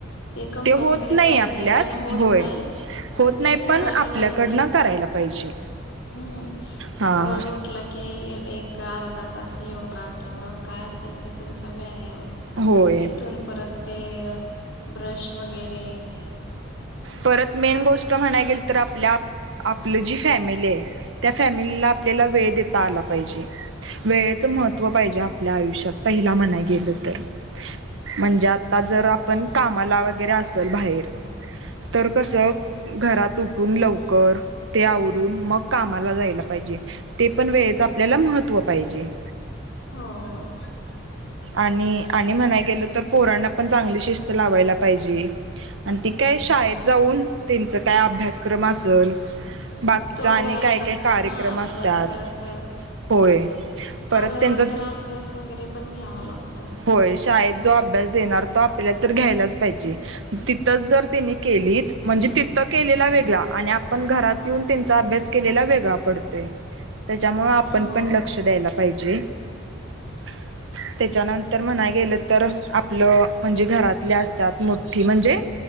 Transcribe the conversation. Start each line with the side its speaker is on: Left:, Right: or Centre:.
Left: ते कंपल्सरी
Right: होत नाही
Left: पाहिजे
Right: आपल्यात
Left: पण होत
Right: होय.
Left: नाही.
Right: होत
Left: पण
Right: नाही
Left: ते ठेवायला
Right: पण आपल्याकडनं
Left: पाहिजे
Right: करायला पाहिजे
Left: हम्म
Right: हा
Left: रोज उठला की एक अर्धा तास योगा किंवा काय असेल ते तुमचा व्यायाम.
Right: होय.
Left: तिथून परत ते ब्रश वगैरे.
Right: परत मेन गोष्ट म्हणाय गेलं तर आपल्या आपली जी फॅमिली आहे त्या फॅमिलीला आपल्याला वेळ देता आला पाहिजे. वेळेचं महत्त्व पाहिजे आपल्या आयुष्यात पहिला म्हणाय गेलं तर. म्हणजे आता जर आपण कामाला वगैरे असल बाहेर तर कसं घरात उठून लव कर ते आवरून मग कामाला जायला पाहिजे. ते पण वेळेच आपल्याला महत्त्व पाहिजे. <inaudible>
Left: हो हो.
Right: आणि आणि म्हणाय गेलं तर पोरांना पण चांगली शिस्त लावायला पाहिजे. आणि ती काय शाळेत जाऊन त्यांचं काय अभ्यासक्रम असल बाकीचा
Left: तो
Right: आणि
Left: घ्यायला
Right: काही
Left: लागतो
Right: काही कार्यक्रम
Left: ना आल्यावर
Right: असतात.
Left: परत
Right: होय परत
Left: आल्यानंतर
Right: त्याचं
Left: अभ्यास वगैरे पण घ्यावा लागतो
Right: होय, शाळेत जो अभ्यास आज देणार होतो आपल्याला तर घ्यायलाच पाहिजे. तिथंच जर त्यांनी केलीत. म्हणजे तिथं केलेला वेगळा. आणि आपण घरात येऊन त्यांचा अभ्यास केलेला वेगळा पडतोय. त्याच्यामुळे आपण
Left: हो
Right: पण लक्ष द्यायला पाहिजे. <inaudible> त्याच्यानंतर म्हणाय गेलं तर आपलं म्हणजे घरातल्या असतात. मोठी म्हणजे